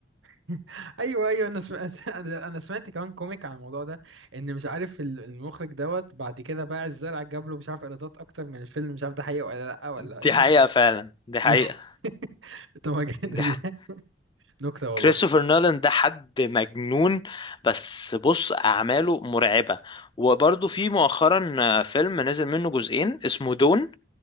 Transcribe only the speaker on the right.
<laughs> ايوه ايوه انا سمعت <laughs> انا أنا سمعت كمان كوميك عن الموضوع ده ان مش عارف ال- المخرج دوت بعد كده باع الزرع جاب له مش عارف ايرادات اكتر من الفيلم مش عارف ده حقيقة ولا لا ولا
ايه
بس
<laughs>
طب ما جامد-
نكتة والله